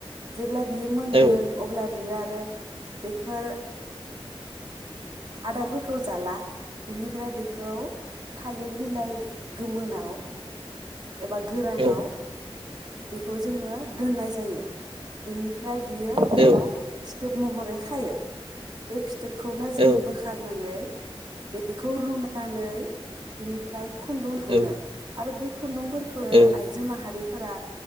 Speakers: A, on the right; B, on the right.
A: जेब्ला बियो मोनगोन
B: औ
A: अब्ला बियो आरो बेफोर आदारफोरखौ जाला बिनिफ्राय बेखौ थालिर बिलाइ गोमोनाव एबा गोरानाव
B: औ नंगौ
A: बेखौ जोङो दोननाय जायो। बिनि फ्राय बियो बेयाव
B: औ
A: फिथोब महरै खायो बे फि थोबखौनो जोङो
B: औ
A: नानै बेखौ रुनानै बिनिफ्राय खुन्दुं धुनो
B: औ
A: आरो बे खुन्दुंफोरखौ
B: औ
A: आइजो माहारि फोरा